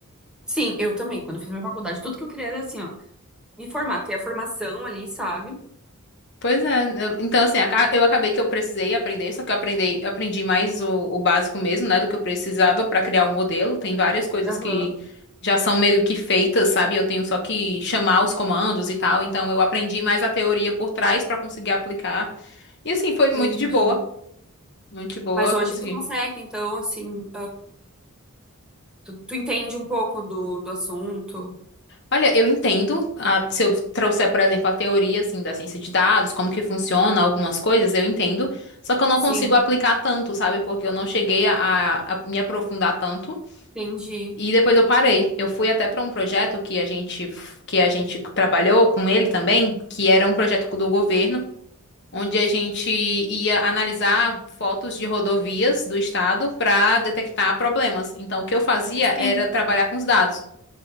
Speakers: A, in the centre; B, on the left (about 50°).
A: Sim, eu também. Quando eu fiz minha faculdade, tudo que eu queria era assim, ó, me formar, ter a formação ali, sabe?
B: Pois é, eu- então assim, aca- eu acabei que eu precisei aprender, só que eu aprendi, aprendi mais o, o básico mesmo, né, do que eu precisava para criar o modelo. Tem várias coisas
A: Aham.
B: que já são meio que feitas, sabe? Eu tenho só que chamar os comandos e tal. Então eu aprendi mais a teoria por trás para conseguir aplicar. E assim, foi muito
A: Entendi.
B: de boa, muito de boa,
A: Mas hoje
B: consegui
A: tu consegue, então, assim. Tu, tu entende um pouco do, do assunto?
B: Olha, eu entendo, ah, se eu trouxer, por exemplo, a teoria assim da ciência de dados, como que funciona algumas coisas, eu entendo, só que eu não
A: Sim,
B: consigo aplicar tanto, sabe? Porque eu não cheguei a, a- a me aprofundar tanto
A: entendi.
B: e depois eu parei. Eu fui até para um projeto que a gente f- que a gente trabalhou com ele também, que era um projeto do governo, onde a gente ia analisar fotos de rodovias do estado para detectar problemas. Então, o que eu fazia
A: Sim.
B: era trabalhar com os dados.